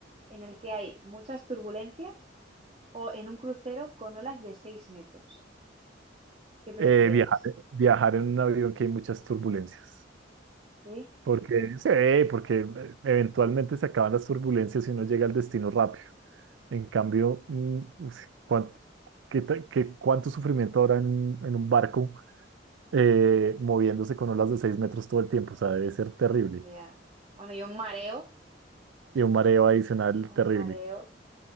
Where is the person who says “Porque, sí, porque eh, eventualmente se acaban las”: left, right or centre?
Right